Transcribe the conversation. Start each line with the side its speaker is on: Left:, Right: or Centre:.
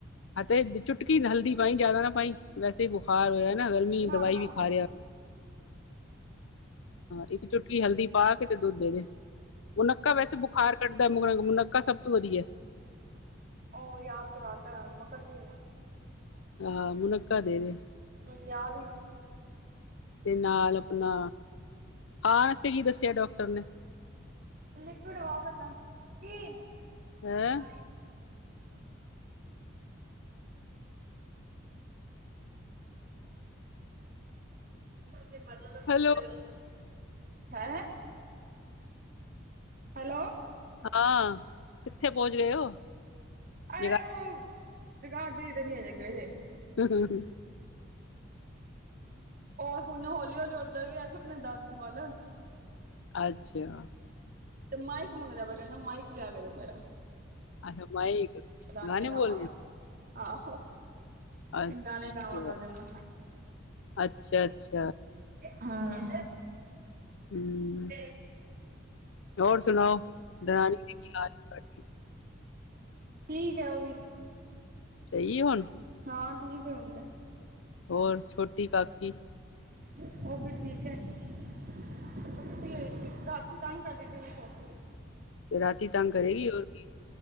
Left: ਅਤੇ ਚੁਟਕੀ ਹਲਦੀ ਪਾਈ, ਜ਼ਿਆਦਾ ਨਾ ਪਾਈ। ਵੈਸੇ ਬੁਖਾਰ ਹੋਇਆ ਨਾ, ਗਰਮੀ।
Right: ਨਾ
Left: ਦਵਾਈ
Right: ਨਾ
Left: ਵੀ ਖਾ ਰਿਹਾ। ਇੱਕ ਚੁਟਕੀ ਹਲਦੀ ਪਾ ਕੇ, ਤੇ ਦੁੱਧ ਦੇ ਦੇ। ਮੁਨੱਕਾ ਵੈਸੇ ਬੁਖਾਰ ਕੱਢਦਾ। ਮੁਨੱਕਾ ਸਭ ਤੋਂ ਵਧੀਆ ਈ।
Right: ਉਹ ਯਾਦ ਕਰਰਾਤ ਮੈਂ <unintelligible> ਕਦੀ ਹਾਂ
Left: ਹਾਂ, ਮੁਨੱਖਾ ਦੇ ਦੇ।
Right: ਮੈਨੂੰ ਯਾਦ ਹੀ ਨਹੀਂ ਸੀ।
Left: ਤੇ ਨਾਲ ਆਪਣਾ, ਖਾਣ ਵਾਸਤੇ ਕੀ ਦੱਸਿਆ ਡਾਕਟਰ ਨੇ।
Right: ਲਿਕਵਡ ਦਵਾ ਖਤਮ। ਕੀ
Left: ਹੈਂ।
Right: <unintelligible> <unintelligible> ਤੇ ਮਤਲਬ ਖੋਤੇ
Left: ਹੈਲੋ
Right: ਵਰਗਾ। ਹੈ। ਹੈਲੋ।
Left: ਹਾਂ, ਕਿੱਥੇ ਪਹੁੰਚ ਗਏ ਹੋ?
Right: ਅਰੇ
Left: ਜਗਾ
Right: ਉਹ, ਜਗਾਧਰੀ ਤੇ ਨੀ ਅਜੇ ਗਏ।
Left: ਹੂੰ- ਹੂੰ, ਹੂੰ।
Right: ਉਹ ਹੁਣ ਹੌਲੀ- ਹੌਲੀ ਉੱਧਰ ਗਿਆ ਆਪਣੇ ਦਾਦੂ ਵੱਲ ਹੈ।
Left: ਅੱਛੇਆ।
Right: ਤੇ ਮਾਈਕ ਮੰਗਦਾ ਪਿਆ। ਕਹਿੰਦਾ ਮਾਈਕ ਲਿਆ ਕੇ ਦਿਓ ਮੇਰਾ।
Left: ਅੱਛਾ ਮਾਈਕ
Right: ਗਾਣੇ
Left: ਬੋਲਣੇ
Right: ਗਾਵਾਂਗਾ, ਆਹੋ।
Left: ਅੱਛਾ,
Right: ਗਾਣੇ ਗਾਵਾਂਗਾ ਕਹਿੰਦਾ।
Left: ਅੱਛਾ-ਅੱਛਾ
Right: ਹਾਂ।
Left: ਹੂੰ,
Right: <unintelligible>
Left: ਹੋਰ ਸੁਣਾਓ? ਦਨਾਨੀ ਦੇ ਕੀ ਹਾਲ ਹੈ।
Right: ਠੀਕ ਹੈ ਉਹ ਵੀ।
Left: ਸਹੀ ਏ ਹੁਣ।
Right: ਹਾਂ, ਠੀਕ ਹੈ ਹੁਣ ਤੇ।
Left: ਹੋਰ, ਛੋਟੀ ਕਾਕੀ?
Right: ਉਹ ਵੀ ਠੀਕ ਹੈ। ਛੇਤੀ ਹੋਣੀ ਸੀ। ਰਾਤੀ ਤੰਗ ਕਰਦੀ, ਦਿਨੇ ਸੋਣਦੀ ਏ।
Left: ਤੇ ਰਾਤੀ ਤੰਗ ਕਰੇਗੀ। ਹੋਰ ਕੀ,